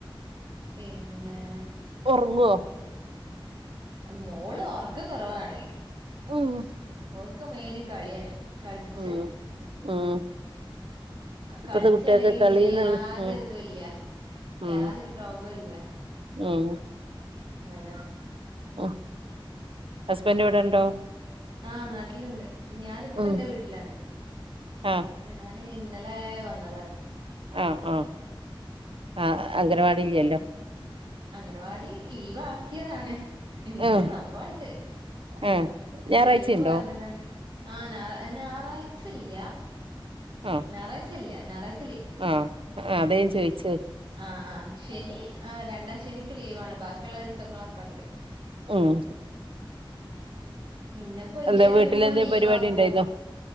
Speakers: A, on the right; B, on the right.
A: പിന്നേ?
B: ഒർങ്ങോ?
A: മോള് ഒറക്കം കൊറവാണ്
B: ഉം.
A: ഓക്ക് മെയിന് കളിയാണ് കളിച്ച
B: ഉം ഉം ഇപ്പത്തെ
A: കളിച്ചാണെങ്കി
B: കുട്ട്യാക്ക് കളീന്ന്ള്ള
A: പിന്നെ യാതൊരിതൂല്ലാ
B: ഉം
A: യാതൊരു
B: ഉം
A: പ്രോബ്ളം ഇല്ലാ
B: ഉം
A: അതേയതെ
B: ഉം ഹസ്ബൻഡിവിടെണ്ടോ
A: ആഹ് നാട്ടിലിണ്ട് ഞാനിപ്പം
B: ഉം
A: എന്റെ വീട്ടിലാണ്
B: ആഹ്
A: ഞാന് ഇന്നലെ വന്നതാണ്
B: ആഹ് ആഹ് ആഹ് അംഗനവാടി ഇല്ലല്ലോ
A: അംഗനവാടി ലീവാക്കിയതാണ്. ഇണ്ട്.
B: ആഹ്
A: സംഭവം ണ്ട്.
B: ആഹ് ഞായറാഴ്ചയുണ്ടോ
A: ലീവ് പറഞ്ഞകാണ്ട് ആഹ് ഞാ ഞായറാഴ്ചല്ല്യ
B: ആഹ്
A: ഞാറാഴ്ച ഇല്ല്യ. ഞാറാഴ്
B: ആഹ് അതേ ചോയിച്ച
A: ആഹ് ആഹ് ശനി ആ രണ്ടാം ശനിക്ക് ലീവാണ് ബാക്കിയുള്ള ദിവസങ്ങളൊക്കെ ഉണ്ട്
B: ഉം
A: പിന്നെ പ്പൊ ഇങ്ങനെ
B: എന്താ
A: വരുമ്പൊ
B: വീട്ടിലെന്തേം
A: ലീവാക്കും.
B: പരിപാടി ഇണ്ടായിരുന്നോ